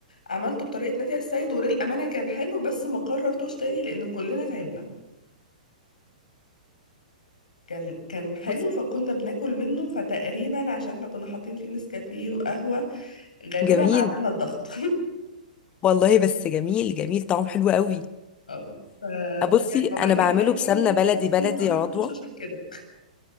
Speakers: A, on the left; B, on the left.
A: عملته بطريقة نادية السيد وللأمانة كان حلو بس ما قررتوش تاني لأن كلنا تعبنا كان كان حلو
B: بص
A: فكنا بناكل منه فتقريبا عشان احنا كنا حاطين فيه نسكافيه وقهوة غالبا
B: جميل
A: عملنا الضغط
B: والله بس جميل جميل طعم حلو قوي
A: <laughs> اه ف-
B: بصي
A: فكان ما
B: انا
A: بقولك كان
B: بعمله
A: فعلا
B: بسمنة
A: حلو جدا
B: بلدي
A: بس
B: بلدي
A: ما قررتوش
B: يا عضوة
A: عشان كده